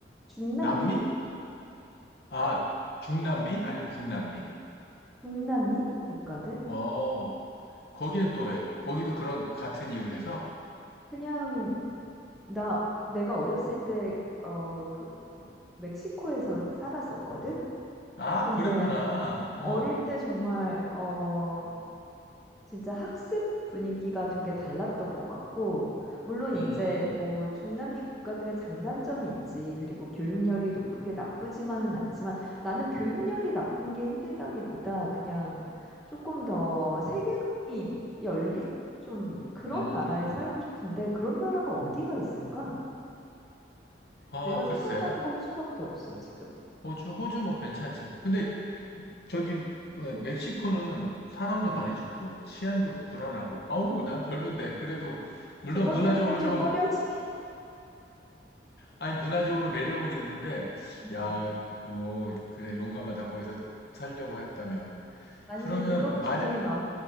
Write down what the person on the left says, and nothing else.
남미? 아, 중남미? 아니면 북남미?
어, 거기는 또 왜? 거기도 그런 같은 이유래서?
아,
그랬구나.
어,
음,
음.
아,
글쎄.
호주, 호주 뭐 괜찮지. 근데 저기 어, 멕시코는 사람도
많이 죽고 치안도 불안하고 아우 난 별론데 그래도 물론
문화적으로
좀
아니 문화적으로 매력은 있는데
야
오, 그래 용감하다 거기서 살려고 했다면
그러면
만약